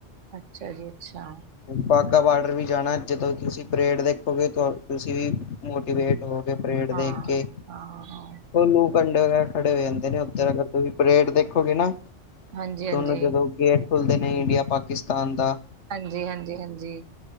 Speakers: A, on the right; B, on the left.
A: ਅੱਛਾ ਜੀ ਅੱਛਾ।
B: ਬਾਗਾ ਬਾਰਡਰ ਵੀ ਜਾਣਾ। ਜਦੋਂ ਤੁਸੀਂ ਪਰੇਡ ਦੇਖੋਗੇ, ਤੁਸੀਂ ਵੀ ਮੋਟੀਵੇਟ ੳਹ ਤੇ ਪਰੇਡ
A: ਹਾਂ
B: ਦੇਖ ਕੇ
A: ਹਾਂ ਹਾਂ
B: ਲੂ ਕੰਡੇ ਵਗੈਰਾ ਖੜੇ ਹੋ ਜਾਂਦੇ ਨੇ ਉੱਧਰ ਅਗਰ ਤੁਸੀਂ ਪਰੇਡ ਦੇਖੋਗੇ ਨਾ।
A: ਹਾਂਜੀ ਹਾਂਜੀ
B: ਦੋਨੋਂ ਜਦੋਂ ਗੇਟ ਖੁੱਲਦੇ ਨੇ ਇੰਡੀਆ ਪਾਕਿਸਤਾਨ ਦਾ‌।
A: ਹਾਂਜੀ-ਹਾਂਜੀ, ਹਾਂਜੀ।